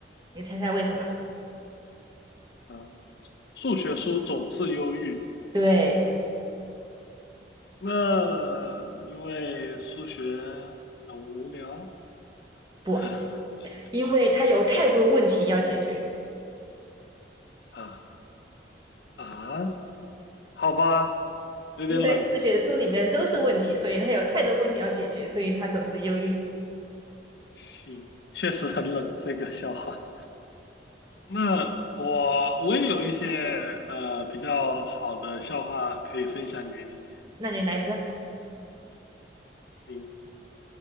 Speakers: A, on the right; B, on the left.
A: 你猜猜为什么？
B: 啊，数学书总是忧郁，
A: 对，
B: 那因为数学很无聊。
A: 不，
B: <laughs>
A: 因为它有太多问题要解决。
B: 啊啊，好吧，有点冷，
A: 因为数学书里面都是问题，所以他有太多问题要解决，所以他总是忧郁。
B: 行，确实很冷这个笑话。那我我也有一些呃比较好的笑话可以分享给你，
A: 那你来一个
B: 嗯。